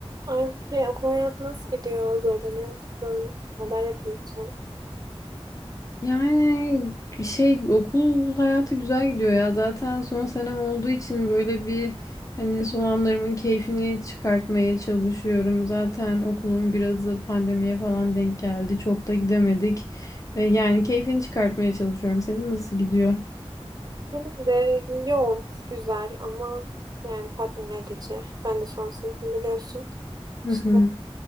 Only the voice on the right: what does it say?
Halbuki okul hayatı nasıl gidiyor? Zorlanıyor musun? Neler yapıyorsun?
Benim de yoğun, güzel ama yani tatmin edici. Ben de son sınıfım biliyorsun.
İşte